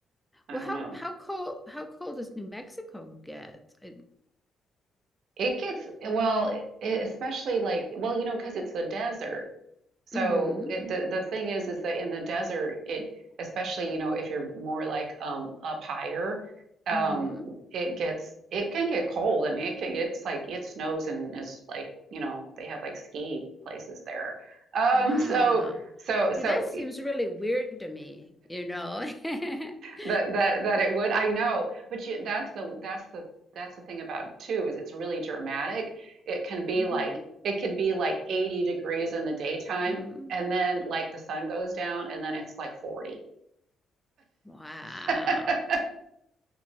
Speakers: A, on the right; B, in the centre.
A: I
B: Well,
A: don't
B: how
A: know.
B: how cold how cold does New Mexico get? I,
A: It gets well, it, especially like well, you know, because it's the desert. So
B: mm-hmm.
A: it, the the thing is, is that in the desert, it especially you know if you're more like um up higher, um,
B: Mm-hmm.
A: it gets it can get cold. I mean, it can, it's like it snows and is like you know they have like ski places there. Um,
B: Wow.
A: <laughs> so so so
B: See, that seems really weird to me, you know. <laughs>
A: That that that it would. I know, but you, that's the that's the that's the thing about too is it's really dramatic. It can be
B: Mm-hmm.
A: like it could be like 80 degrees in the daytime
B: Mm-hmm.
A: and then like the sun goes down and then it's like 40.
B: Wow.
A: <laughs>